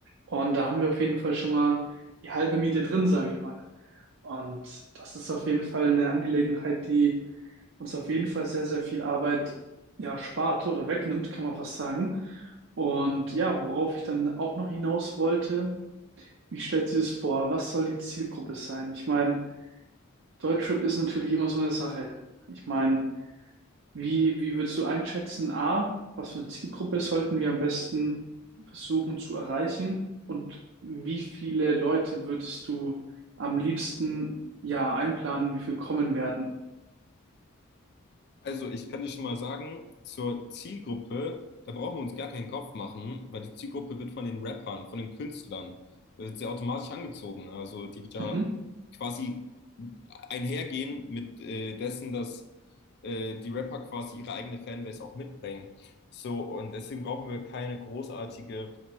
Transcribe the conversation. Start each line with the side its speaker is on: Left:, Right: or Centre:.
Right: Und da haben wir auf jeden Fall schon mal die halbe Miete drin, sage ich mal. Und das ist auf jeden Fall eine Angelegenheit, die uns auf jeden Fall sehr, sehr viel Arbeit ja spart oder wegnimmt, kann man fast sagen. Und ja, worauf ich dann auch noch hinaus wollte, wie stellt sie das vor? Was soll die Zielgruppe sein? Ich meine, Deutschrap ist natürlich immer so eine Sache. Ich meine, wie, wie würdest du einschätzen, A, was für eine Zielgruppe sollten wir am besten versuchen zu erreichen? Und wie viele Leute würdest du am liebsten ja einplanen, wie viel kommen werden?
Left: Also, ich kann dir schon mal sagen, zur Zielgruppe, da brauchen wir uns gar keinen Kopf machen, weil die Zielgruppe wird von den Rappern, von den Künstlern, wird sie automatisch angezogen. Also, die wird ja
Right: Mhm.
Left: quasi einhergehen mit äh, dessen, dass äh, die Rapper quasi ihre eigene Fanbase auch mitbringen. So, und deswegen brauchen wir keine großartige